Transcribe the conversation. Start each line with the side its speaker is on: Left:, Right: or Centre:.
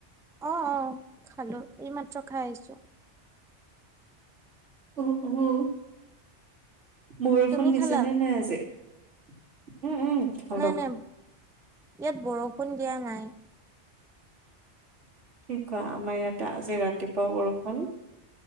Centre: অ', অ' খালো, এইমাত্ৰ খাই আহিছো।
Right: উহু উহু, বৰষুণ
Centre: তুমি
Right: দিছেনে
Centre: খালা?
Right: নাই আজি। উম, উম খালো।
Centre: নাই নাই ইয়াত বৰষুণ দিয়া নাই।
Right: কি কোৱা আমাৰ ইয়াতে আজি ৰাতিপুৱা বৰষুণ,